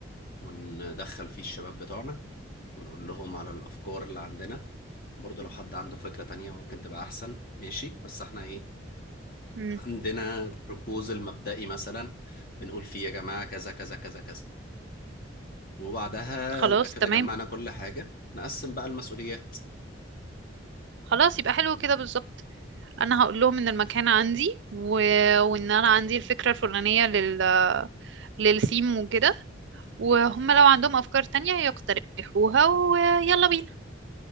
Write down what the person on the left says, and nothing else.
وندخل فيه الشباب بتوعنا ونقول لهم على الافكار اللي عندنا برضه لو حد عنده فكرة تانية ممكن تبقى احسن ماشي بس احنا ايه
عندنا بروبوزل مبدئي مثلا بنقول فيه يا جماعة كذا كذا كذا كذا وبعدها
يبقى كده
جمعنا كل حاجة نقسم بقى المسؤوليات